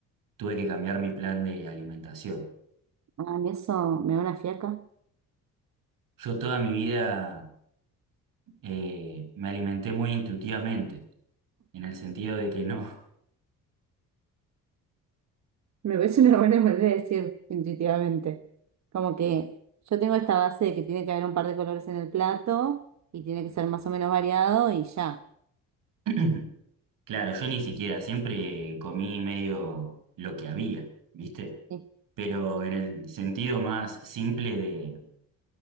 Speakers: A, on the right; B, on the right.
A: tuve que cambiar mi plan de alimentación.
B: Ah, mí eso me da una fiaca.
A: Yo toda mi vida eh, me alimenté muy intuitivamente. en el sentido de que no.
B: Me parece una buena manera de decir intuitivamente. Como que yo tengo esta base de que tiene que haber un par de colores en el plato y tiene que ser más o menos variado y ya.
A: <clears throat> Claro, yo ni siquiera, siempre comí medio lo que había, ¿viste?
B: Sí,
A: Pero en el sentido más simple de,